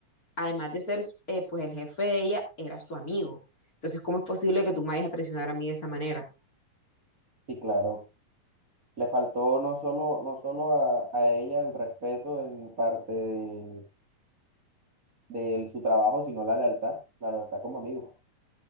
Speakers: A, on the left; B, on the right.
A: además de ser eh, pues el jefe de ella, era su amigo. Entonces, ¿cómo es posible que tú me vayas a traicionar a mí de esa manera?
B: sí, claro. Le faltó no solo, no solo a, a ella el respeto en parte de, de su trabajo, sino la lealtad, la lealtad como amigo.